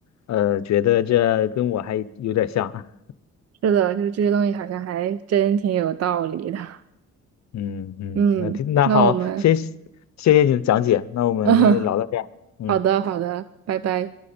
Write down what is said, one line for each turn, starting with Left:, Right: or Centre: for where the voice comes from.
Left: 呃，觉得这跟我还有点像啊。
Right: 是的，就是这些东西好像还真挺有道理的。
Left: <laughs> 嗯嗯，
Right: 嗯，
Left: 那听那好，
Right: 那我们，
Left: 谢谢谢谢你的讲解，那我们今天就聊到这儿。
Right: <laughs>
Left: 嗯。
Right: 好的，好的，拜拜。